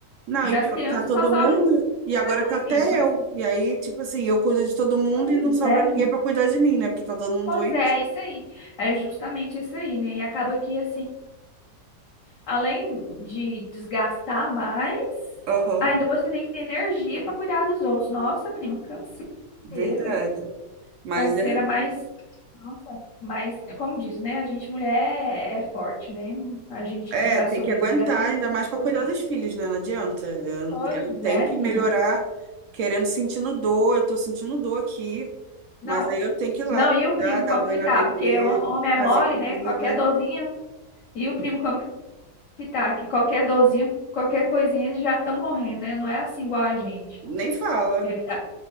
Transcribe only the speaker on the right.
Não,
e pior
que tá todo
mundo, e
agora
tá até
eu. E aí, tipo assim, eu cuido de todo mundo
e não sobra
ninguém pra cuidar de mim, né? Porque tá todo mundo
doente.
Aham,
verdade. Mas
é.
É,
tem
que aguentar,
ainda mais
pra cuidar dos filhos, né? Não adianta. Eu,
eu tenho
que
melhorar, querendo, sentindo dor. Eu tô sentindo dor aqui,
mas aí eu tenho que ir lá,
cuidar, dar
banho
na bebê,
fazer
comida.
Nem fala.